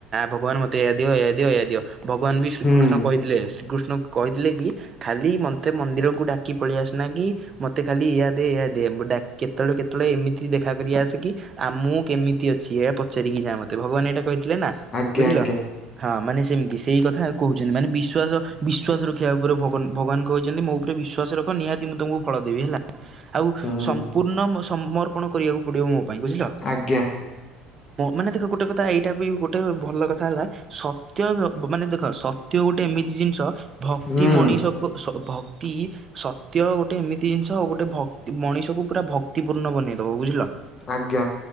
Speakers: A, on the right; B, on the left.
A: ଭଗବାନ ମତେ ଏୟା ଦିଅ, ଏୟା ଦିଅ, ଏୟା ଦିଅ, ଭଗବାନ ବି ଶ୍ରୀକୃଷ୍ଣ
B: ହୁଁ
A: କହିଥିଲେ, ଶ୍ରୀକୃଷ୍ଣ କହିଥିଲେ କି ଖାଲି ମୋତେ ମନ୍ଦିରକୁ ଡାକି ପଳେଇ ଆସନା କି ମୋତେ ଖାଲି ଏୟା ଦେ, ଏୟା ଦ୍ ଦେ ଡାକ୍ କେତେବେଳେ କେତେବେଳେ ଏମିତି ଦେଖାକରି ଆସ୍ କି ଆ ମୁଁ କେମିତି ଅଛି। ଏୟା ପଚାରିକି ଯା ମତେ ଭଗବାନ ଏଇଟା କହିଥିଲେ ନା,
B: ଆଜ୍ଞା
A: ବୁଝିଲ!
B: ଆଜ୍ଞା
A: ହଁ ମାନେ ସେମିତି ସେଇ କଥା କହୁଛନ୍ତି। ମାନେ ବିଶ୍ଵାସ, ବିଶ୍ଵାସ ରଖିବା ଉପରେ ଭଗବାନ, ଭଗବାନ କହିଛନ୍ତି, ମୋ ଉପରେ ବିଶ୍ଵ ଶ୍ୱାସ ରଖ ନିହାତି ମୁଁ, ତମକୁ ଫଳ ଦେବି ହେଲା। ଆଉ,
B: ହୁଁ
A: ସମ୍ପୂର୍ଣ୍ଣ ସମର୍ପଣ କରିବାକୁ ପଡ଼ିବ, ମୋ ପାଇଁ ବୁଝିଲ!
B: ଆଜ୍ଞା।
A: ମାନେ ଦେଖ, ଗୋଟେ କଥା ଏଇଟା ବି ଗୋଟେ ଭଲ କଥା ହେଲା। ସତ୍ୟ ମାନେ ଦେଖ! ସତ୍ୟ ଗୋଟେ ଏମିତି ଜିନିଷ ଭକ୍ତି
B: ହୁଁ
A: ମଣିଷକୁ ସ ଭକ୍ତି ସତ୍ୟ ଗୋଟେ ଏମିତି ଜିନିଷ, ଆଉ ଗୋଟେ ଭକ୍ ମଣିଷକୁ ପୁରା ଭକ୍ତିପୂର୍ଣ୍ଣ ବନେଇଦବ, ବୁଝିଲ!
B: ଆଜ୍ଞା।